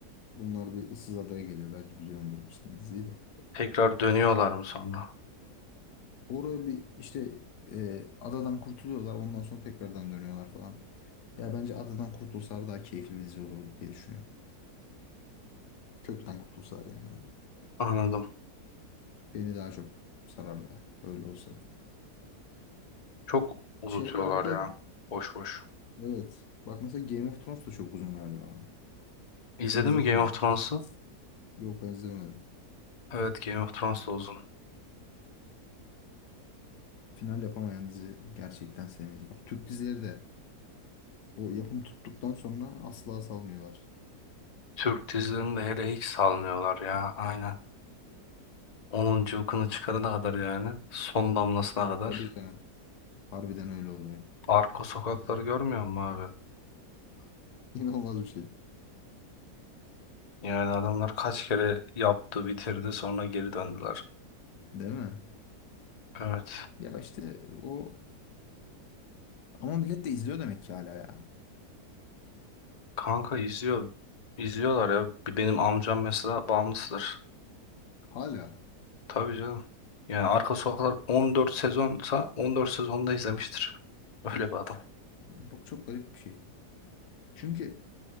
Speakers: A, on the left (about 85°); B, on the left (about 30°).
A: Bunlar bir ıssız adaya geliyor. Belki biliyordur sen diziyi de.
B: Tekrar dönüyorlar mı sonra?
A: Orada bir işte e, adadan kurtuluyorlar. Ondan sonra tekrardan dönüyorlar falan. Ya bence adadan kurtulsalar daha keyifli bir dizi olurdu diye düşünüyorum. Kökten kurtulsalar yani en azından.
B: Anladım.
A: Beni daha çok sarardı. Öyle olsa.
B: Çok unutuyorlar
A: Şeylerde
B: ya. Boş boş.
A: Evet. Bak mesela Game of Thrones da çok uzun galiba abi.
B: İzledin
A: Sen izledin
B: mi Game of
A: onu.
B: Thrones'u?
A: Yok ben izlemedim.
B: Evet Game of Thrones da uzun.
A: Final yapamayan dizi gerçekten sevmeyiz. Bak Türk dizileri de o yapım tuttuktan sonra asla salmıyorlar.
B: Türk dizilerini de hele hiç salmıyorlar ya. Aynen. Onun cıvkını çıkarana kadar yani. Son damlasına kadar.
A: Tabii canım. Harbiden öyle oluyor.
B: Arka sokakları görmüyor musun abi?
A: <laughs> İnanılmaz bir şey.
B: Yani adamlar kaç kere yaptı bitirdi sonra geri döndüler.
A: Değil mi?
B: Evet.
A: Ya işte o ama millet de izliyor demek ki hala ya.
B: Kanka izliyor. İzliyorlar ya. Bir Benim amcam mesela bağımlısıdır.
A: Hala.
B: Tabii canım. Yani Arka Sokaklar 14 sezonsa 14 sezonda izlemiştir. Öyle bir adam.
A: Bak çok garip bir şey. Çünkü